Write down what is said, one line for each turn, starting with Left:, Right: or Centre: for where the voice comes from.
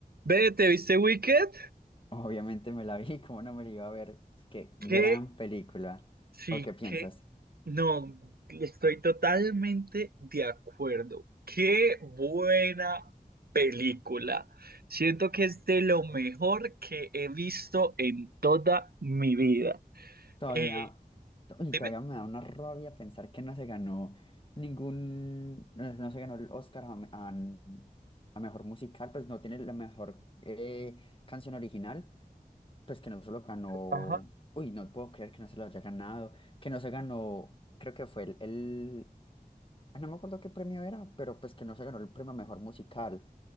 Right: Ve, ¿te viste Wicked?
Left: Obviamente me la vi, ¿cómo no me la iba a ver? Qué gran
Right: Que
Left: película.
Right: sí,
Left: ¿O qué piensas?
Right: que no, estoy totalmente de acuerdo. Qué buena película. Siento que es de lo mejor que he visto en toda mi vida.
Left: Todavía,
Right: Eh,
Left: to- y
Right: dime.
Left: todavía me da una rabia pensar que no se ganó ningún, no, no se ganó el Oscar a, me- a- a mejor musical, pues no tiene la mejor eh, canción original, pues que no se lo ganó,
Right: Ajá.
Left: uy, no puedo creer que no se lo haya ganado, que no se ganó, creo que fue el, el- ah, no me acuerdo qué premio era, pero pues que no se ganó el premio a mejor musical.